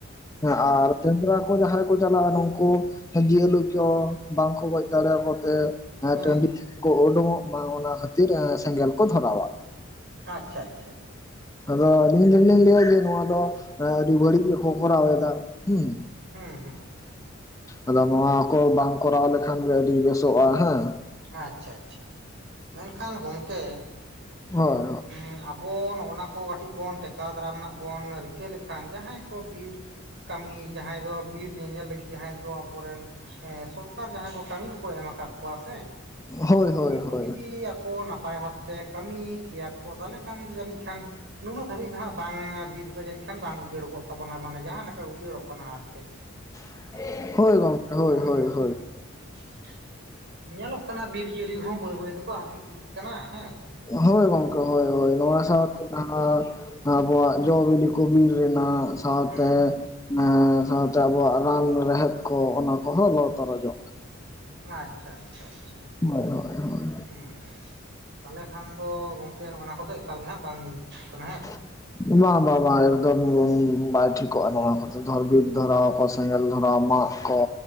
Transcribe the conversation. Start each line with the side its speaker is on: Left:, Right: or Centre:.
Left: ᱦᱮ ᱟᱨ ᱠᱮᱢᱨᱟ ᱠᱚ ᱡᱟᱦᱟᱸ ᱨᱮᱠᱚ ᱪᱟᱞᱟᱜᱼᱟ ᱱᱩᱝᱠᱩ ᱡᱤᱭᱟᱹᱞᱩᱛᱚ ᱵᱟᱝᱠᱚ ᱜᱚᱡ ᱫᱟᱲᱮ ᱟᱠᱚ ᱛᱮ ᱾ ᱮ
Right: ᱦᱮᱸ
Left: ᱴᱟᱺᱰᱤ ᱠᱚ ᱩᱰᱚᱝᱚᱜ ᱢᱟ ᱚᱱᱟ ᱠᱷᱟᱹᱛᱤᱨ ᱮᱸ ᱥᱮᱸᱜᱮᱞ ᱠᱚ ᱫᱷᱚᱨᱟᱣᱟ ᱾
Right: ᱟᱪᱪᱷᱟ ᱟᱪᱷᱟ ᱟᱪᱪᱷᱟ ᱾
Left: ᱟᱫᱚ ᱟᱹᱞᱤᱧ ᱫᱚᱞᱤᱤᱧ ᱞᱟᱹᱭᱟ ᱡᱮ ᱱᱚᱣᱟ ᱫᱚ ᱮᱸ ᱟᱹᱰᱤ ᱵᱟᱹᱲᱤᱡ ᱜᱮᱠᱚ ᱠᱚᱨᱟᱣ ᱮᱫᱟ ᱦᱩᱸ ᱾
Right: ᱦᱩᱸ ᱦᱩᱸ ᱾
Left: ᱟᱫᱚ ᱦᱟ ᱠᱚ ᱵᱟᱝ ᱠᱚᱨᱟᱣ ᱞᱮᱠᱷᱟᱱ ᱜᱮ ᱟᱹᱰᱤ ᱵᱮᱥᱚᱜᱼᱟ ᱦᱮᱸ ᱾
Right: ᱟᱪᱪᱷᱟ ᱟᱪᱪᱷᱟ ᱢᱮᱱᱠᱷᱟᱱ ᱜᱚᱝᱠᱮ
Left: ᱦᱳᱭ
Right: <inaudible> ᱵᱚᱱ ᱱᱚᱜᱼᱱᱟ ᱠᱚ ᱠᱟᱹᱴᱤᱡ ᱵᱚᱱ ᱴᱮᱠᱟᱣ ᱫᱟᱨᱟᱢ ᱱᱟᱜ ᱵᱚᱱ ᱨᱤᱠᱟᱹ ᱞᱮᱠᱷᱟᱱ ᱡᱟᱦᱟᱸᱭ ᱠᱚ ᱵᱤᱨ ᱾ ᱠᱟᱹᱢᱤ ᱡᱟᱦᱟᱸᱭ ᱫᱚ ᱵᱤᱨ ᱧᱮᱧᱮᱞ ᱞᱟᱹᱜᱤᱫ ᱡᱟᱦᱟᱸᱭ ᱫᱚ ᱟᱵᱚᱨᱮᱱ ᱮ ᱥᱚᱨ ᱠᱟᱨ ᱡᱟᱦᱟᱸᱭ ᱠᱚ ᱠᱟᱹᱢᱤ ᱠᱚᱠᱚ ᱮᱢ ᱟᱠᱟᱜ ᱠᱚᱣᱟ ᱥᱮ ᱾
Left: ᱦᱳᱭ
Right: ᱦᱩᱸᱜᱼᱩᱸ
Left: ᱦᱳᱭ ᱦᱳᱭ
Right: ᱱᱩᱠᱩ
Left: ᱦᱳᱭ
Right: ᱡᱩᱫᱤ ᱟᱠᱚ ᱱᱟᱯᱟᱭ ᱵᱷᱟᱵᱛᱮ ᱠᱟᱹᱢᱤ ᱠᱮᱭᱟ ᱠᱚ ᱛᱷᱟᱞᱮ ᱠᱷᱟᱱ ᱡᱟᱹᱱᱤᱡ ᱠᱷᱟᱱ ᱾ ᱱᱩᱱᱟᱹᱜ ᱫᱷᱟᱹᱵᱤᱡ ᱦᱟᱸᱜ ᱵᱟᱝ ᱵᱤᱨ ᱫᱚ ᱡᱟᱹᱱᱤᱡ ᱠᱷᱟᱱ ᱵᱟᱝ ᱩᱡᱟᱹᱲ ᱠᱚᱜ ᱛᱟᱵᱚᱱᱟ ᱢᱟᱱᱮ ᱡᱟᱦᱟᱸ ᱞᱮᱠᱟ ᱩᱡᱟᱹᱲᱚᱜ ᱠᱟᱱᱟ ᱟᱨ ᱾
Left: <inaudible> ᱦᱳᱭ ᱜᱚᱝᱠᱮ ᱦᱳᱭ
Right: ᱦᱩᱸ
Left: ᱦᱳᱭ
Right: ᱦᱩᱸ
Left: ᱦᱳᱭ ᱾
Right: <inaudible> ᱧᱮᱞᱚᱜ ᱠᱟᱱᱟ ᱵᱤᱨ ᱡᱤᱭᱟᱹᱞᱤ ᱦᱚᱸ ᱵᱟᱹᱭ ᱵᱟᱹᱭ ᱦᱟᱹᱯᱤᱫ ᱤᱫᱤᱜ ᱠᱟᱱᱟ ᱦᱮᱸ ᱥᱮ
Left: ᱦᱳᱭ ᱜᱚᱝᱠᱮ ᱦᱳᱭ ᱦᱳᱭ ᱱᱚᱣᱟ
Right: ᱦᱩᱸ
Left: ᱥᱟᱶᱛᱮ ᱾ ᱟᱨ ᱟᱵᱚᱣᱟᱜ ᱡᱚᱼᱵᱤᱱᱤ ᱠᱚ ᱵᱤᱨ ᱨᱮᱱᱟᱜ ᱥᱟᱶᱛᱮ
Right: ᱦᱩᱸ
Left: ᱾ ᱮ ᱥᱟᱶᱛᱮ ᱟᱵᱚᱣᱟᱜ ᱨᱟᱱ ᱨᱮᱦᱮᱫ ᱠᱚ ᱚᱱᱟ ᱠᱚᱦᱚᱸ ᱞᱚ ᱛᱚᱨᱚᱡᱚᱜ ᱠᱟᱱᱟ
Right: ᱟᱪᱪᱷᱟ ᱟᱪᱪᱷᱟ ᱟᱪᱪᱷᱟ
Left: ᱦᱳᱭ ᱦᱳᱭ ᱦᱳᱭ
Right: ᱦᱩᱸ ᱩᱸ ᱛᱟᱞᱦᱮ ᱠᱷᱟᱱ ᱫᱚ ᱜᱚᱝᱠᱮ ᱚᱱᱟ ᱠᱚᱫᱚ ᱮᱠᱟᱞ ᱜᱮ ᱦᱟᱸᱜ ᱵᱟᱝ ᱡᱩᱛᱩ ᱠᱟᱱᱟ ᱦᱮᱸ
Left: <inaudible> ᱵᱟᱝ ᱵᱟᱝ ᱵᱟᱝ ᱮᱠᱫᱚᱢ ᱵᱟᱭ ᱴᱷᱤᱠᱚᱜᱼᱟ ᱱᱚᱣᱟ ᱠᱚᱛᱮ ᱫᱷᱚᱨ ᱵᱷᱤᱛ ᱫᱷᱚᱨᱟᱣ ᱟᱠᱚ ᱥᱮᱸᱜᱮᱞ ᱫᱷᱚᱨᱟᱣ ᱢᱟ ᱠᱚ